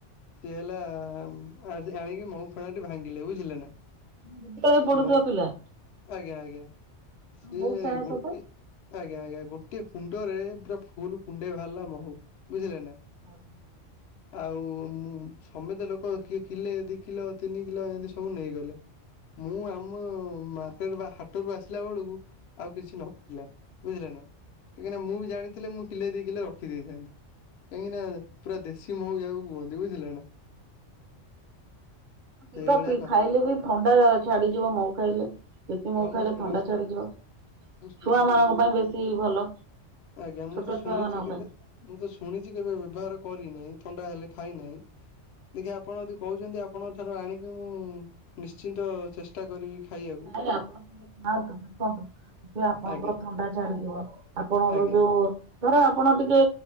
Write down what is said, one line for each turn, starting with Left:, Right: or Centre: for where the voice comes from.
Left: ସିଏ ହେଲା ଆମ୍ ଆଜ୍-ଆଣିକି ମହୁ ଫେଣାଟି ଭାଙ୍ଗିଲେ ବୁଝିଲେ ନା।
Right: ଉଁ ବିଦ୍ୟାଳୟରେ ପଢୁଥିବାପିଲା
Left: ମହୁ ଆଜ୍ଞା ଆଜ୍ଞା, ସିଏ
Right: ବହୁତ ସାହସ
Left: ଗୋଟି
Right: ତ
Left: ଆଜ୍ଞା ଆଜ୍ଞା ଗୋଟେ କୁଣ୍ଡରେ ପୁରା ଫୁଲ୍ କୁଣ୍ଡେ ବାହାରିଲା ମହୁ ବୁଝିଲେ ନା।
Right: <inaudible>
Left: ଆଉ ମୁଁ ସମେତେ ଲୋକ କିଏ କିଲେ ଦି କିଲ ତିନି କିଲ ଏମିତି ସବୁ ନେଇଗଲେ। ମୁଁ ଆମ ମାର୍କେଟ୍ ବା ହା ଟରୁ ଆସିଲା ବେଳୁକୁ ଆଉ କିଛି ନଥିଲା ବୁଝିଲ ନା। କାହିଁକିନା ମୁଁ ବି ଜାଣିି ମୁଁ କିଲେ ଦି କିଲେ ରଖିଦେଇଥାନ୍ତି। କାହିଁକିନା ପୁରା ଦେଶୀ ମହୁ ଯାହାକୁ କୁହନ୍ତି ବୁଝିଲେ ନା। ସେଇଭଳିଆ
Right: ହୁଁ
Left: କଥା
Right: <inaudible> ଖାଇଲେ ବି ଥଣ୍ଡା ଛାଡିଯିବ ମହୁ ଖାଇଲେ। ଦେଶିମହୁ
Left: ହଁ ମୁଁ
Right: ଖାଇଲେ
Left: ଶୁଣିଛି
Right: ଥଣ୍ଡା
Left: ତ
Right: ଛାଡିଯିବ।
Left: ମୁଁ ଶୁଣିଛି
Right: ଛୁଆ ମାନଙ୍କ
Left: ମୁଁ
Right: ପାଇଁ
Left: ତ
Right: ବେଶୀ ଭଲ
Left: ଆଜ୍ଞା ମୁଁ
Right: ଛୋଟ
Left: ତ ଶୁଣିଛି
Right: ଛୁଆ ମାନଙ୍କ
Left: କିନ୍ତୁ
Right: ପାଇଁ।
Left: ମୁଁ ତ ଶୁଣିଚି କେବେ ବ୍ୟବହାର କରିନାଇଁ ଥଣ୍ଡା ହେଲେ ଖାଇନାହିଁ ଦେଖିଆ ଆପଣ ଯଦି କହୁଚନ୍ତି ଆପ୍ ଆପଣଙ୍କ ଠାରୁ ଆଣିକି ମୁଁ ନିଶ୍ଚିନ୍ତ ଚେଷ୍ଟ ଷ୍ଟା କରିବି ଖାଇଆ
Right: ନାଇଁ ଆପଣ ଖାଆନ୍ତୁ ଦେଖନ୍ତୁ ଦେଖିବେ ଆପଣଙ୍କର
Left: ଆଜ୍ଞା
Right: ଥଣ୍ଡା ଛାଡିଯିବ। ଆପଣଙ୍କର
Left: ଆଜ୍ଞା
Right: ଯୋଉ ଧର ଆପଣ ଟିକେ